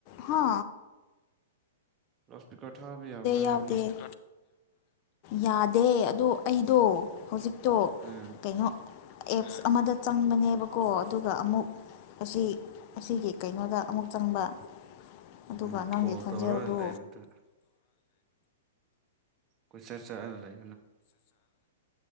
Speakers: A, on the left (about 40°); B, on the right (about 20°).
A: ꯍ
B: ꯔꯁꯇ ꯀꯊꯕꯤ ꯌꯥꯕ
A: ꯌꯥꯎꯗꯦ
B: ꯔꯦꯅꯤ
A: ꯌꯥꯗꯦ ꯑꯗꯣ ꯑꯩꯗꯣ ꯍꯧꯖꯤꯛꯇꯣ
B: ꯎꯝ
A: ꯀꯩꯅꯣ ꯑꯦꯞꯁ ꯑꯃꯗ ꯆꯪꯕꯅꯦꯕꯀꯣ ꯑꯗꯨꯒ ꯑꯃꯨꯛ ꯑꯁꯤ ꯑꯁꯤꯒꯤ ꯀꯩꯅꯣꯗ ꯑꯃꯨꯛ ꯆꯪꯕ ꯑꯗꯨꯒ
B: ꯎꯝ
A: ꯅꯪꯒꯤ
B: ꯀꯣꯜ
A: ꯈꯣꯟꯖꯦꯜꯗꯨ
B: ꯇꯧꯔꯒ ꯂꯩꯕꯗꯨ ꯀ ꯆꯔ ꯆ ꯂꯩ